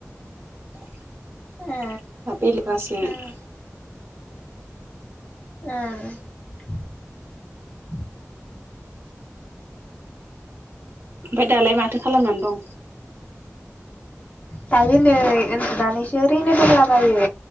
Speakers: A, on the right; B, on the left.
A: <unintelligible>
B: ए उम ए <unintelligible>
A: ओमफाय दालाय माथो खालामनानै दं
B: दायो नै उनदुनानैसो ओरैनो दंलाबायो